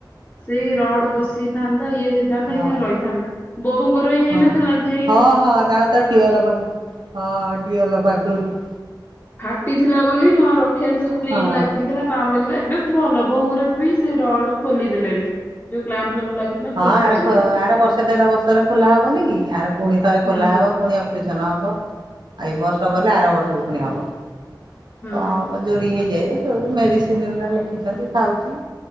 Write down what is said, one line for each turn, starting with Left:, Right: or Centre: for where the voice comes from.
Left: ସେଇ ରଡ ବସିଥାନ୍ତା ଇଏ ହେଇଥାନ୍ତା
Right: ହଁ
Left: ଏଇନା ରହିଥାନ୍ତା ବୋଉଙ୍କର ହେଇ ହେଇନଥିଲା
Right: ହଁ
Left: କି ହେଇ
Right: ହଁ ହଁ ତାଙ୍କତ ଟିଅଲ ପାଖରେ ହଁ ଟିଅଲ ପାଖୁରୁ ତ
Left: ଫାଟିଥିଲା ବୋଲି ହଁ ରକ୍ଷା ସେ
Right: ହଁ
Left: କ୍ଲିପ ଲାଗିଥିଲା ବାମ ଲାଗିଲା ଏବେ ଭଲ। ବୋଉଙ୍କର ବି ସେଇ ରଡ ଖୋଲିଦେଲେଣି ଯୋଉ କ୍ଲାମ୍ପ ଫ୍ଲାମ୍ପ ଲାଗିଥିଲା
Right: ହଁ
Left: ଖୋଲା
Right: ଆର
Left: ସଇଲାଣି
Right: ପ ଆର
Left: କେବେ
Right: ବର୍ଷେ ଦେଢ ବର୍ଷରେ ଖୋଲା ହବନି କି। ଆର ପୁଣି ଥରେ ଖୋଲା
Left: ହଁ
Right: ହବ। ପୁଣି ଅପରେସନ ହବ। ଏ ବର୍ଷ ଗଲେ ଆର ବର୍ଷକୁ ପୁଣି ହବ।
Left: ହଁ
Right: କଅଁ ହବ ଯୋଡି ହେଇଯାଏ। ଯୋଉ ମେଡ଼ିସିନ ଉରା ଲେଖିଛନ୍ତି ଖାଉଛି,